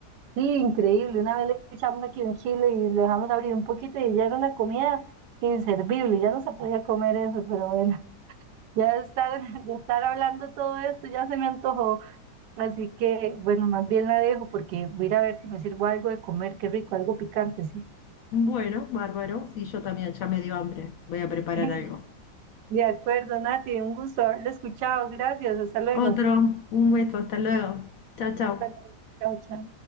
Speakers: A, on the right; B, on the left.
A: Sí, increíble. Una vez le echamos aquí en Chile y lo dejamos abrir un poquito y ya era una comida inservible, ya no se podía comer eso, pero bueno, <laughs> ya de estar, de estar hablando todo esto ya se me antojó. Así que, bueno, más bien la dejo porque voy a ir a ver si me sirvo algo de comer, qué rico, algo picante, sí.
B: Bueno, bárbaro. Sí, yo también, ya me dio hambre. Voy a preparar
A: <laughs>
B: algo.
A: De acuerdo, Nati, un gusto haberlo escuchado. Gracias, hasta luego.
B: Otro, un beso, hasta luego. Chao, chao.
A: Hasta luego, Chao, chao.